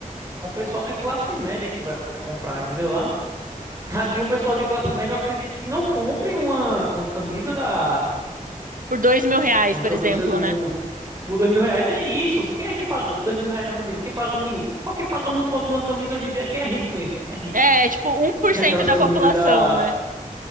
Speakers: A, on the right; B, on the right.
A: um pessoal de classe média que vai comprar, entendeu? Lá Aqui um pessoal de classe média, eu acredito que não compre uma, uma camisa da.
B: Por dois mil reais,
A: Uma
B: por
A: camisa
B: exemplo,
A: do.
B: né?
A: Por dois mil reais. Nem isso. Quem é que paga dois mil reais numa camisa? Quem paga mil? Só quem paga mil conto numa camisa hoje em dia é quem é rico mesmo. É rico.
B: É, é tipo, um por
A: Que
B: cento
A: é aquelas
B: da
A: camisas
B: população,
A: da.
B: né?